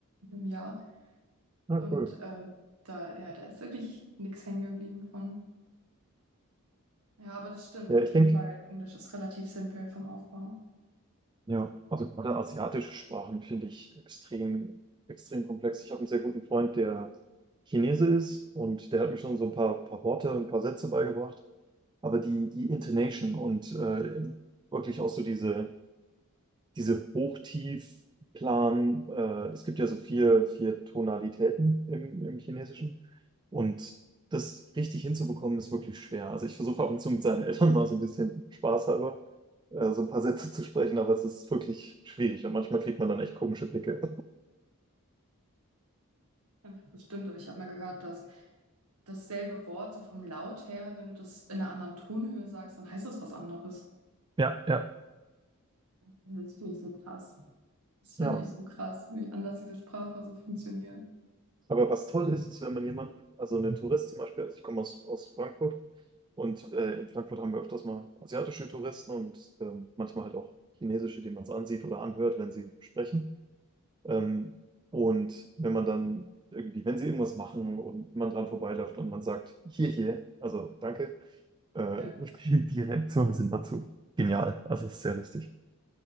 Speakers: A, on the right; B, on the right.
A: einem Jahr
B: Na,
A: und
B: cool.
A: äh, da, ja, da ist wirklich nichts hängen geblieben von. Ja, aber das stimmt.
B: Ja,
A: Auf
B: ich
A: jeden
B: denke,
A: Fall, Englisch ist relativ simpel vom Aufbau.
B: ja, also gerade asiatische Sprachen finde ich extrem, extrem komplex. Ich habe einen sehr guten Freund, der Chinese ist und der hat mir schon so ein paar, paar Worte, ein paar Sätze beigebracht. Aber die, die Intonation und äh, wirklich auch so diese, diese Hochtiefplan, äh, es gibt ja so vier, vier Tonalitäten im, im Chinesischen. Und das richtig hinzubekommen, ist wirklich schwer. Also ich versuche ab und zu mit seinen Eltern mal so ein bisschen Spaß halber, äh, so ein paar Sätze zu sprechen, aber es ist wirklich schwierig und manchmal kriegt man dann echt komische Blicke.
A: Einfach Bestimmt, aber ich habe mal gehört, dass dasselbe Wort so vom Laut her, wenn du das in einer anderen Tonhöhe sagst, dann heißt das was anderes.
B: Ja, ja.
A: Das finde ich so krass. Das finde
B: Ja.
A: ich so krass, wie anders diese Sprache so funktioniert.
B: Aber was toll ist, ist, wenn man jemanden, also einen Tourist zum Beispiel, also ich komme aus, aus Frankfurt und äh, in Frankfurt haben wir öfters mal asiatische Touristen und ähm, manchmal halt auch chinesische, die man es ansieht oder anhört, wenn sie sprechen. Ähm, und wenn man dann irgendwie, wenn sie irgendwas machen und man dran vorbeiläuft und man sagt, hier, hier, also danke, äh,
A: Ja,
B: <laughs> die, die Reaktionen sind dazu genial. Also es ist sehr lustig.